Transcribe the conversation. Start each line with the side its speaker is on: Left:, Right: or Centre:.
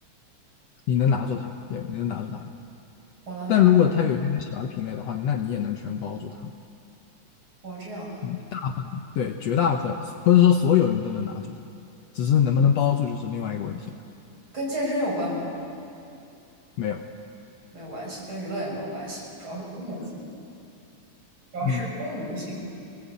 Left: 你能拿住它，对，你能拿住它，
Right: 我能拿，
Left: 但如果它有一些小的品类的话，那你也能全包住它。
Right: 我这样。
Left: 嗯，大部分，对，绝大部分，或者说所有你都能拿住它，只是能不能包住就是另外一个问题了。
Right: 跟健身有关吗？
Left: 没有，
Right: 没有关系，跟娱乐也没有关系，主要是功能性，主要是功能性。
Left: 嗯